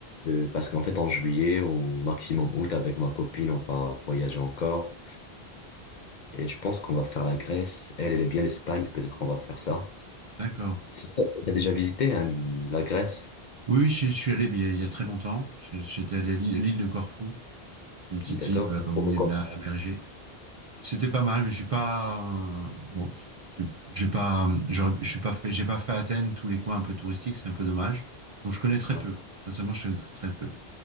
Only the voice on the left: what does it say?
euh, parce qu'en fait, en juillet au maximum août, avec ma copine, on va voyager encore. Et je pense qu'on va faire la Grèce. Elle, elle est bien l'Espagne, peut-être qu'on va faire ça.
Si tu as déjà visité hein, la Grèce,
d'accord?
On
peut
Ouais,